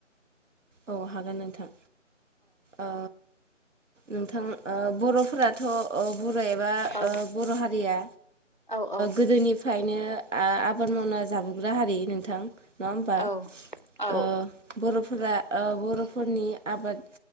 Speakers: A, on the right (about 70°); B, on the left (about 40°).
A: औ हागोन नोंथां। अ नोंथां ओ बरफोरा थ अ बर एबा
B: औ
A: ओ बर हारिया
B: औ औ
A: गोदोनिफ्रायनो ओ आबाद मावना जाबोग्रा हारि नोंथां नङा होमबा
B: औ औ
A: ओ बरफ फुरा ओ बरफोरनि आबाद